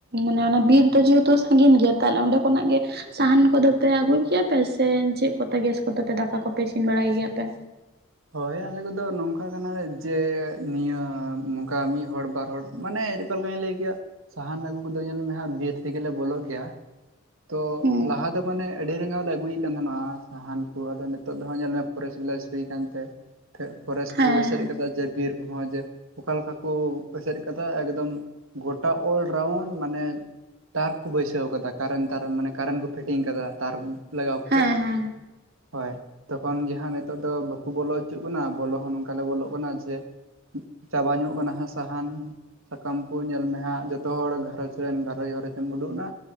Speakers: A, on the right (about 50°); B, on the right (about 75°).
A: ᱢᱟᱱᱮ ᱚᱱᱟ ᱵᱤᱨ ᱫᱚ ᱡᱮᱦᱮᱛᱩ ᱥᱟᱺᱜᱤᱧ ᱜᱮᱭᱟ ᱛᱟᱦᱞᱮ ᱚᱰᱮ ᱠᱷᱚᱱᱟᱜ ᱜᱮ ᱥᱟᱦᱟᱱ ᱠᱚᱫᱚ ᱯᱮ ᱟᱹᱜᱩᱭ ᱜᱮᱭᱟ ᱯᱮ ᱥᱮ ᱪᱮᱫ ᱠᱚᱛᱮ ᱜᱮᱥ ᱠᱚᱛᱮ ᱯᱮ ᱫᱟᱠᱟ ᱠᱚᱯᱮ ᱤᱥᱤᱱ ᱵᱟᱲᱟᱭ ᱜᱮᱭᱟ ᱯᱮ?
B: ᱦᱳᱭ ᱟᱞᱮ ᱠᱚᱫᱚ ᱱᱚᱝᱠᱟ ᱠᱟᱱᱟᱞᱮ ᱡᱮ ᱱᱤᱭᱟᱹ ᱱᱚᱝᱠᱟ ᱢᱤᱫ ᱦᱚᱲ ᱵᱟᱨ ᱦᱚᱲ ᱢᱟᱱᱮ ᱚᱠᱟ ᱞᱮᱠᱟᱧ ᱞᱟᱹᱭ ᱠᱮᱜ-ᱟ ᱥᱟᱦᱟᱱ ᱟᱹᱜᱩ ᱠᱚᱫᱚ ᱧᱮᱞ ᱢᱮ ᱦᱟᱸᱜ ᱵᱤᱨ ᱛᱮᱜᱮᱞᱮ ᱵᱚᱞᱚᱜ ᱜᱮᱭᱟ ᱛᱚ
A: ᱦᱩᱸ
B: ᱞᱟᱦᱟ ᱫᱚ ᱢᱟᱱᱮ ᱟᱹᱰᱤ <unintelligible> ᱞᱮ ᱟᱹᱜᱩᱭᱮᱫ ᱠᱟᱱ ᱛᱟᱦᱮᱸᱱᱟ ᱥᱟᱦᱟᱱ ᱠᱚ ᱟᱫᱚ ᱱᱤᱛᱚᱜ ᱫᱚ ᱦᱟᱸᱜ ᱧᱮᱞ ᱢᱮ ᱯᱷᱚᱨᱮᱥᱴ ᱵᱷᱤᱞᱮᱡᱽ ᱦᱩᱭ ᱠᱟᱱ ᱛᱮ, ᱯᱷᱮ ᱯᱷᱚᱨᱮᱥ
A: ᱦᱮᱸ
B: ᱠᱚ ᱮᱥᱮᱫ ᱠᱟᱫᱟ ᱡᱮ ᱵᱤᱨ ᱠᱚᱦᱚᱸ ᱡᱮ ᱚᱠᱟ ᱞᱮᱠᱟ ᱠᱚ ᱮᱥᱮᱫ ᱠᱟᱫᱟ ᱮᱠᱫᱚᱢ ᱜᱚᱴᱟ ᱚᱞ ᱨᱟᱣᱩᱱᱰ ᱢᱟᱱᱮ ᱛᱟᱨ ᱠᱚ ᱵᱟᱹᱭᱥᱟᱹᱣ ᱠᱟᱫᱟ ᱠᱟᱨᱮᱱ ᱛᱟᱨ ᱢᱟᱱᱮ ᱠᱟᱨᱮᱱ ᱠᱚ ᱯᱷᱤᱴᱤᱝ ᱠᱟᱫᱟ ᱛᱟᱨ ᱞᱟᱜᱟᱣ ᱠᱟᱛᱮᱜ
A: ᱦᱮᱸ ᱦᱮᱸ
B: ᱦᱳᱭ ᱛᱚᱠᱷᱚᱱ ᱜᱮ ᱦᱟᱸᱜ ᱱᱤᱛᱚᱜ ᱫᱚ ᱵᱟᱹ ᱠᱚ ᱵᱚᱞᱚ ᱚᱪᱚᱜ ᱠᱟᱱᱟ ᱵᱚᱞᱚ ᱦᱚᱸ ᱱᱚᱝᱠᱟ ᱞᱮ ᱵᱚᱞᱚᱜ ᱠᱟᱱᱟ ᱡᱮ ᱪᱟᱵᱟ ᱧᱚᱜ ᱠᱟᱱᱟ ᱦᱟᱸᱜ ᱥᱟᱦᱟᱱ ᱥᱟᱠᱟᱢ ᱠᱚ ᱧᱮᱞ ᱢᱮ ᱦᱟᱸᱜ ᱡᱷᱚᱛᱚ ᱦᱚᱲ ᱜᱷᱟᱸᱨᱚᱧᱡᱽ ᱨᱮᱱ ᱜᱷᱟᱸᱨᱚᱧᱡᱽ ᱜᱷᱟᱸᱨᱚᱧᱡᱽ ᱮᱢ ᱩᱰᱩᱠ ᱱᱟ